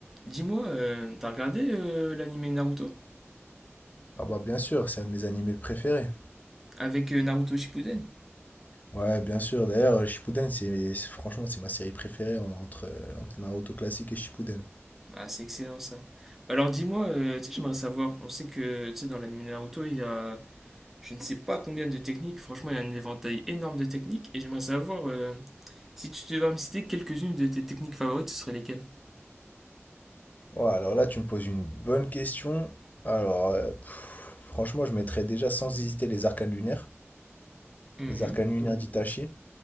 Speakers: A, in the centre; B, on the left.
A: Dis-moi, euh, t'as regardé euh, l'anime Naruto
B: Ah bah bien sûr, c'est un de mes animés préférés.
A: avec euh, Naruto Shippuden?
B: Ouais, bien sûr. D'ailleurs, euh, Shippuden, c'est c'est- franchement, c'est ma série préférée en- entre, euh, entre Naruto classique et Shippuden.
A: Ah, c'est excellent ça. Bah alors dis-moi, euh, tu sais, j'aimerais savoir. On sait que tu sais, dans l'anime Naruto, il y a je ne sais pas combien de techniques. Franchement, il y a un éventail énorme de techniques. Et j'aimerais savoir euh, si tu devais me citer quelques-unes de tes techniques favorites, ce seraient lesquelles?
B: Ouais, alors là, tu me poses une bonne question. Alors, euh, pff, franchement, je mettrais déjà sans hésiter les arcanes lunaires,
A: Mhm,
B: les arcanes lunaires d'Itachi.